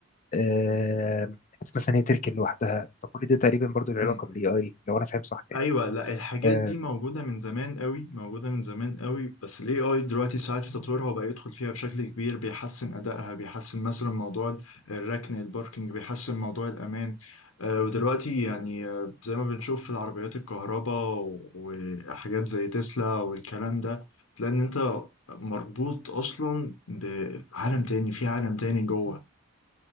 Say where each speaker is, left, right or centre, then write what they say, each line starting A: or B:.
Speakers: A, on the left; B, on the left.
A: آه، حتى مثلا هي تركن لوحدها فكل ده تقريبا برضو له علاقة
B: إمم.
A: بالاي اي لو انا فاهم صح يعني
B: ايوه لا الحاجات
A: آه،
B: دي موجوده من زمان قوي موجوده من زمان قوي بس الاي اي دلوقتي ساعات في تطويرها وبقى يدخل فيها بشكل كبير بيحسن ادائها بيحسن مثلا موضوع الركن الباركينج بيحسن موضوع الامان آه ودلوقتي يعني آه زي ما بنشوف في العربيات الكهرباء و- وحاجات زي تسلا والكلام ده لان انت مربوط اصلا بعالم تاني في عالم تاني جوه